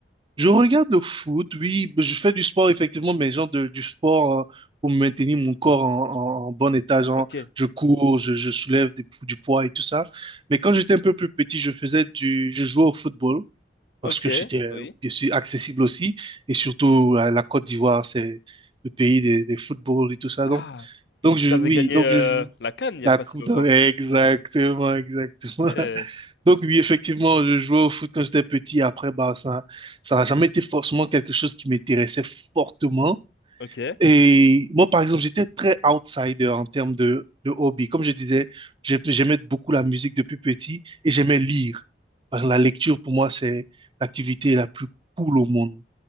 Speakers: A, on the right; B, on the left.
A: Je regarde le foot, oui, je fais du sport effectivement, mais genre de, du sport euh, pour maintenir mon corps en, en- en bon état, genre
B: Ok.
A: je cours, je, je soulève des pou- du poids et tout ça. Mais quand j'étais un peu plus petit, je faisais du, je jouais au football parce
B: Ok.
A: que c'était euh,
B: Oui.
A: bien accessible aussi et surtout euh, la Côte d'Ivoire, c'est le pays des, des footballs et tout ça.
B: Ah,
A: Donc, donc je,
B: vous avez
A: oui,
B: gagné
A: donc
B: euh,
A: je joue
B: la CAN il n'y
A: la
B: a pas
A: coupe
B: si longtemps.
A: d'Afrique. Exactement, exactement.
B: Ok.
A: <laughs> Donc oui, effectivement, je jouais au foot quand j'étais petit. Après, bah, ça, ça n'a jamais été forcément quelque chose qui m'intéressait fortement.
B: Ok.
A: Et moi, par exemple, j'étais très outsider en termes de, de hobby. Comme je disais, j'ai- j'aimais beaucoup la musique depuis petit et j'aimais lire. Parce que la lecture, pour moi, c'est l'activité la plus cool au monde.